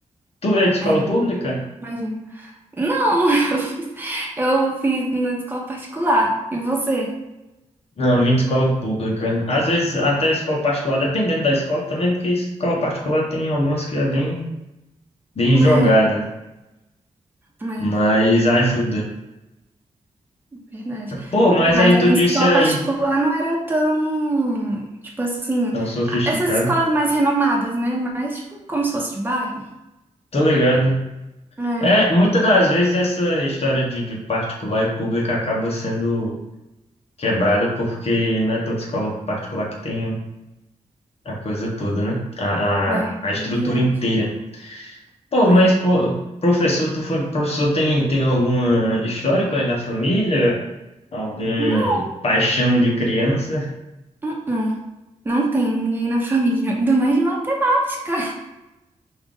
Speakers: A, on the left (about 55°); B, on the right (about 15°).
A: Tu veio de escola
B: é,
A: pública?
B: imagino. Não, <laughs> eu fiz, eu fiz na escola particular. E você?
A: Não, eu vim de escola pública. Às vezes até escola particular, dependendo da escola também, porque escola particular tem algumas que é bem, bem
B: É,
A: jogada,
B: é,
A: mas ajuda.
B: verdade.
A: Pô, mas
B: Mas
A: aí
B: a
A: tu
B: minha
A: disse
B: escola
A: aí,
B: particular não era tão. Tipo assim.
A: tão sofisticado.
B: a- Essas escolas mais renomadas, né? Mas, tipo, como se fosse de bairro.
A: Tô ligado.
B: É,
A: É, muitas das vezes essa história de, de particular e pública acaba sendo quebrada porque não é toda escola particular que tem a coisa toda, né? A,
B: é,
A: a, a estrutura
B: é verdade.
A: inteira. Pô,
B: É.
A: mas pô, professor, tu foi professor, tem, tem alguma histórico aí na família? Algum
B: Não.
A: paixão de criança? <laughs>
B: Uh-uh. Não tem ninguém na <laughs> família, ainda mais de matemática.